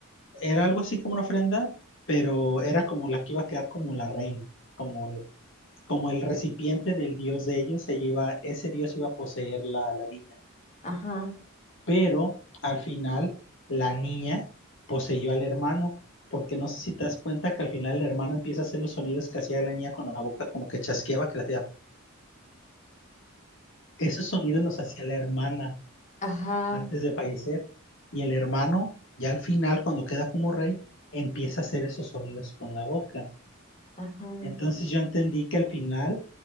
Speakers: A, on the left (about 60°); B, on the left (about 35°).
A: era algo así como una ofrenda, pero era como la que iba a quedar como la reina, como el, como el recipiente del dios de ellos, ella iba, ese dios iba a poseer la, la niña.
B: Ajá,
A: Pero al final, la niña poseyó al hermano, porque no sé si te das cuenta que al final el hermano empieza a hacer los sonidos que hacía la niña con la boca, como que chasqueaba, que le hacía. Esos sonidos los hacía la hermana.
B: ajá,
A: antes de fallecer. Y el hermano, ya al final, cuando queda como rey, empieza a hacer esos sonidos con la boca.
B: ajá.
A: Entonces yo entendí que al final,